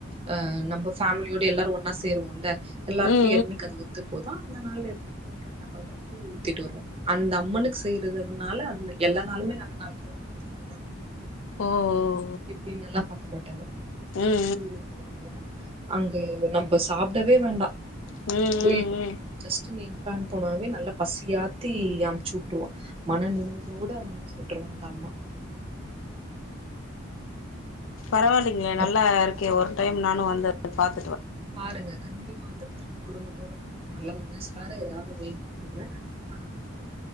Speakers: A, on the right (about 30°); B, on the left (about 75°).
A: அஹ் நம்போ ஃபேமிலியோடு எல்லாரு ஒன்னா சேருவோம்ல்ல எல்லாருக்கு
B: ம் ம் ம்
A: என்னைக்கு அது ஒத்து போதோ அந்த நாள் எடுத்துட்டு போயிட்டு என்ன பண்ணுவோ கூழ் ஊத்திட்டு வருவோ அந்த அம்மனுக்கு செய்யறதுனால அந்த எல்லா நாளுமே நல்ல நாள்தா பாத்துக்கோங்களே
B: ஓ ஓ
A: இப்படி நல்லா பன் இருக்க மாட்டாங்க
B: ம்
A: சோ
B: ம்
A: கூழு ஊத்துவாங்க அங்க அங்க எங்க நம்ம சாப்பிடவே வேண்டா
B: ம் ம் ம்
A: கோயிலக்குள்ள நீ
B: ம்
A: ஜஸ்ட் நீ என்டர் போனாவே நல்லா பசியாத்தி அமைச்சுவுட்ருவா மன நினைவோட அமச்சுவிட்டுரு அந்த அம்மா
B: பரவால்லைங்களே
A: அங்க
B: நல்லா இருக்கே ஒரு டைம் நானு வந்து ய் பாத்
A: பாருங்க கண்டிப்பா வந்த பாருங்க குடும்பத்தோட பாருங்க நல்லா ஒன்ன சேந்து வேற ஏதாவது வேண்டுகிட்டுங்கனா கண்டிப்பாக நடக்கு